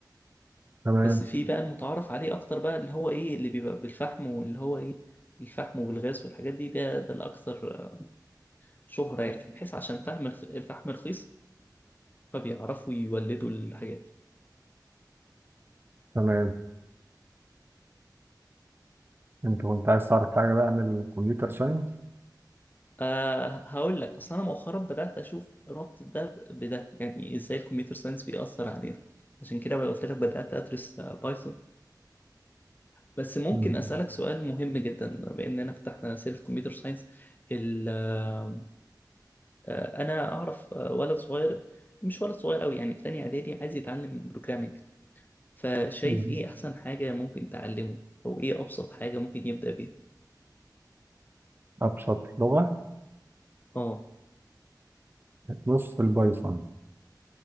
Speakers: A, on the right; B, on the left.
A: تمام
B: بس في بقى المتعارف عليه أكتر بقى اللي هو إيه اللي بيبقى بالفحم واللي هو إيه الفحم والغاز والحاجات دي ده ده الأكثر شهرة يعني بحيث عشان فحم الخ- الفحم رخيص فبيعرفوا يولدوا الحاجات دي.
A: تمام أنت كنت عايز تعرف حاجة بقى عن الكمبيوتر ساينس؟
B: أه هقول لك أصلا أنا مؤخرا بدأت أشوف ربط ده ب- بده يعني إزاي الكمبيوتر ساينس بيأثر علينا عشان كده بقى قلت لك بدأت أدرس بايثون بس ممكن
A: مهم.
B: أسألك سؤال مهم جدا بما إننا فتحنا سيرة كمبيوتر ساينس ال- آه، آه، أنا أعرف آه، ولد صغير مش ولد صغير أوي يعني في تانية إعدادي عايز يتعلم بروجرامينج فشايف
A: مهم.
B: إيه أحسن حاجة ممكن تعلمه أو إيه أبسط حاجة ممكن يبدأ بيها؟
A: أبسط لغة
B: آه
A: نص البايثون